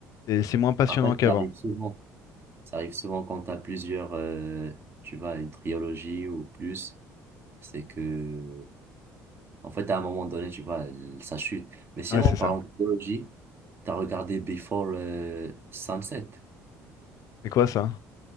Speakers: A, on the left (about 60°); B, on the right (about 35°).
A: c'est c'est moins passionnant
B: En fait,
A: qu'avant.
B: ça arrive souvent. Ça arrive souvent quand t'as plusieurs, euh, tu vois, une trilogie ou plus. C'est que En fait, à un moment donné, tu vois, elle- ça chute. Mais sinon,
A: Ouais,
B: en
A: c'est
B: parlant
A: ça.
B: de trilogie, tu as regardé Before euh, Sunset.
A: C'est quoi ça?